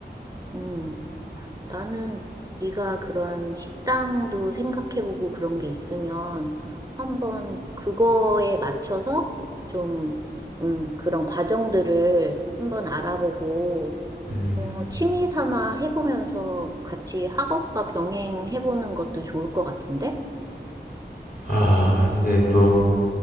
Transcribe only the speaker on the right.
음, 나는 네가 그런 식당도 생각해보고 그런 게 있으면 한번 그거에 맞춰서 좀, 음, 그런 과정들을 한번 알아보고,
어, 취미 삼아 해보면서 같이 학업과 병행해보는 것도 좋을 것 같은데?